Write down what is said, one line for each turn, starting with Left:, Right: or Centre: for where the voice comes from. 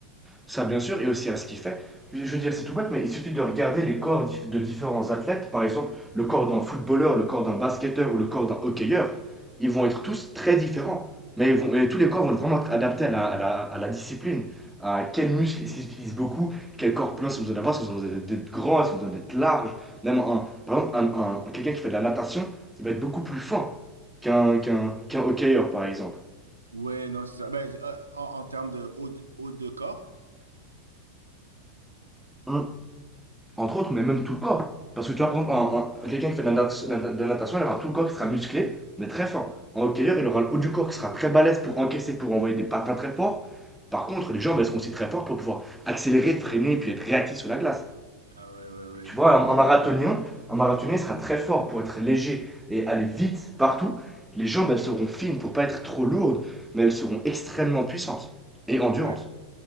Centre: Ça, bien sûr, et aussi à ce qu'il fait. Je veux dire, c'est tout bête, mais il suffit de regarder les corps de différents athlètes. Par exemple, le corps d'un footballeur, le corps d'un basketteur ou le corps d'un hockeyeur. Ils vont être tous très différents. Mais ils vont- et tous les corps vont vraiment être adaptés à la, à la- à la discipline. À quels muscles ils utilisent beaucoup, quel corps plein si vous besoin d'avoir, si vous besoin d'être- grand, si vous besoin d'être large. Même un, par exemple, un, un- quelqu'un qui fait de la natation, il va être beaucoup plus fin qu'un qu'un qu'un hockeyeur, par exemple.
Right: Ouais, non, c'est ça. Ben, euh, en, en termes de haut, de haut de corps?
Centre: Un- entre autres, mais même tout le corps. Parce que tu vois, par quelqu'un qui fait de la, de la- natation, il aura tout le corps qui sera musclé, mais très fort. Un hockeyeur, il aura le haut du corps qui sera très balèze pour encaisser, pour envoyer des patins très forts. Par contre, les jambes, elles seront aussi très fortes pour pouvoir accélérer, freiner, puis être réactif sur la glace.
Right: Ah ouais, ouais, ouais,
Centre: Tu
Right: je
Centre: vois,
Right: vois,
Centre: un,
Right: je
Centre: un
Right: vois.
Centre: marathonien, un marathonien sera très fort pour être léger et aller vite partout. Les jambes, elles seront fines pour pas être trop lourdes, mais elles seront extrêmement puissantes et endurantes.
Right: je- Ouais,